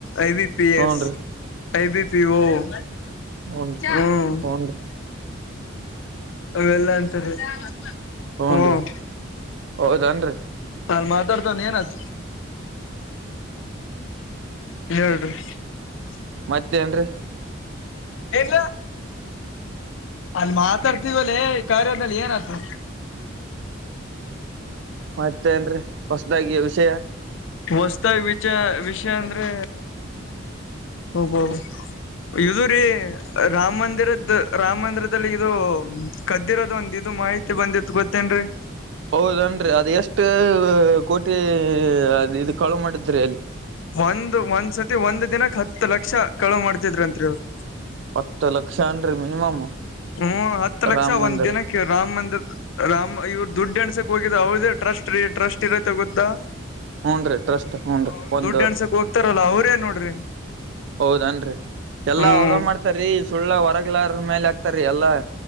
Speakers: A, on the left; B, on the right.
A: ಐ ಬಿ ಪಿ
B: ಹೂನ್ರಿ
A: ಎಸ್ ಐ ಬಿ ಪಿಒಓ <inaudible>
B: ಹೂನ್ರಿ
A: ಹ್ಮ್
B: ಹೂನ್ರಿ
A: ಅವೆಲ್ಲಾ ಅಂತಾರೆ <inaudible>
B: ಹೂನ್ರಿ
A: ಹ್ಮ
B: ಹೌದನ್ರಿ
A: ಲ್ ಮತಾರತ ನೀನ <inaudible> ಹೇಳಏರಿ <unintelligible>
B: ಮತ್ತೇನ್ರೀ
A: ಏನ್ಲ ಅಲ್ಲಿ ಮಾತಾಡ್ತವಲ್ಲೇ ಕಾರ್ಯದನಲ್ಲಿ ಏನ ಆತದೆ <unintelligible>
B: ಮತ ಏನ್ರಿ ಹೊಸದಾಗಿ ವಿಷಯ <inaudible>
A: ಹೊಸ್ತಾಗಿ ವಿಚ ವಿಷಯ ಅಂದ್ರೆ ಹಬ <inaudible> ಇದು ರೀ ರಾಮ ಮಂದಿರದ ರಾಮ ಮಂದಿರದಲ್ಲಿ ಇದು ಹ್ಮ ಕದ್ದಿರೋದು ಒಂದ ಇದು ಮಾಹಿತಿ ಬಂದಿತ್ ಗೊತ್ತೇನ್ರರಿ
B: ಹೌದನ್ರಿ ಅದ್ ಎಷ್ಟು ಕೋಟಿ ಇ ಕಾಳು ಮಾಡಿದ್ರಿ ಅಲ್ಲಿ
A: ಒಂದು ಒಂದ್ ಸತಿ ಒಂದು ದಿನಕ್ಕೆ ಹತ್ತು ಲಕ್ಷ ಕಳವ ಮಾಡ್ತಿದ್ರ ಅಂತ್ರಿ ಅವರು
B: ಹತ್ತು ಲಕ್ಷ ಅನ್ರಿ ಮಿನಿಮಮ್
A: ಹ್ಮ ಹತ್ತು ಲಕ್ಷ
B: ರಾಮ ಮಂದಿರ
A: ಒಂದ್ ದಿನಕ್ಕೆ ರಾಮ್ ಅಂದ ರಾಮ ಇವ್ ದುಡ್ಡು ಎಣಸಕ್ ಹೋಗಿದ ಹೌದೇ ಟ್ರಸ್ಟ್ ರೀ ಟ್ರಸ್ಟ್ ಇರತ್ತೆ ಗೊತ್ತಾ
B: ಹೂನ್ರಿ ಟ್ರಸ್ಟ್ ಹೂನ್ರಿ
A: ಅವರು
B: ಒಂದು
A: ದುಡ್ಡು ಎಣಸಕ್ ಹೋಗ್ತಾರಲ್ಲ ಅವ್ರೇನ್ ನೋಡ್ರಿ
B: ಹೌದನ್ರರಿ ಎಲ್ಲಾ
A: ಹ್ಮ್
B: ಅವ್ರ ಮಾಡ್ತಾರೀ ಸುಳ್ಳ ಹೊರಗ್ಲಾರ ಮೇಲೆ ಹಾಕ್ತಾರೀ ಎಲ್ಲಾ